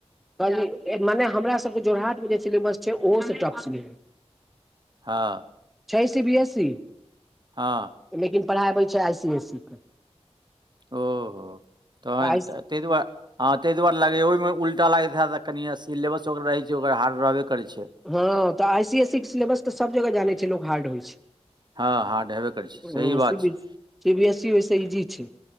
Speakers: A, in the centre; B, on the right.
A: कहली मने हमरा सबके जोरहटमे जे सिलेबस छै ओहोसे टफ सिले।
B: हँ।
A: छै सी बी एस इ।
B: हँ।
A: लेकिन पढ़ाइ अबै छै आई सी एस सी के।
B: ओ हो तैँ
A: तऽ आई
B: तै दुआ। हँ ताहि दुआरे लगैया ओहिमे उलटा लागैत हएत आ कनि सिलेबस ओकर रहैत छै ओकर हार्ड रहबे करै छै।
A: हँ तऽ आइ सी एस सी के सिलेबस तऽ सभ जगह जानै छै लोक हार्ड होइ छै।
B: हँ हार्ड हेबे करै छै
A: हँ
B: सही
A: सी
B: बात
A: बी
B: छै
A: सी बी एस सी ओय से इजी छै।